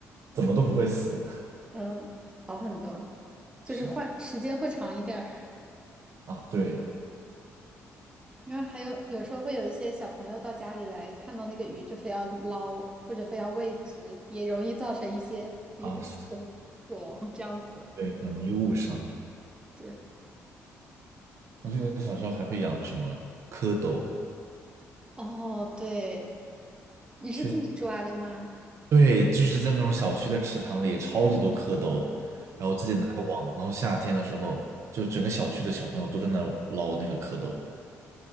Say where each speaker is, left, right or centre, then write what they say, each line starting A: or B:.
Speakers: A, on the right; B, on the right.
A: 怎么都不会死，
B: <laughs> 嗯，好很多，就是换时间会长一点儿。
A: 是啊，对
B: 然后还有有时候会有一些小朋友到家里来，看到那个鱼就非要捞，或者非要喂食，也容易造成一些鱼的死
A: 啊，是
B: 死亡这样子。
A: 对，很容易误伤。
B: 对，
A: 我记得小时候还会养什么蝌蚪，
B: 哦，对，你是自己抓的吗？
A: 去。对，就是在那种小区的池塘里，超级多蝌蚪，然后自己拿个网，然后夏天的时候，就整个小区的小朋友都在那儿捞那个蝌蚪。